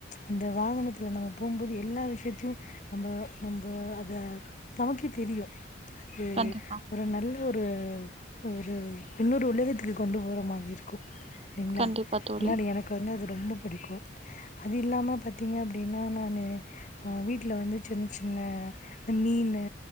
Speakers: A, on the left (about 40°); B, on the right (about 35°).
A: அந்த வாகனத்தில் நம்ம போம்போது எல்லா விஷயத்தயும் நம்ம நம்ம அத நமக்கே தெரியும் அது
B: கண்டிப்பா
A: ஒரு நல்ல ஒரு ஒரு இன்னொரு உலகத்துக்கு கொண்டு போற மாறி இருக்கும் இல்லிங்கா
B: கண்டிப்பா தோழி
A: முன்னாடி எனக்கு வந்து அது ரொம்ப புடிக்கும் அது இல்லாம பாத்தீங்க அப்டின்னா நானு அஹ் வீட்ல வந்து சின் சின்ன இந்த மீனு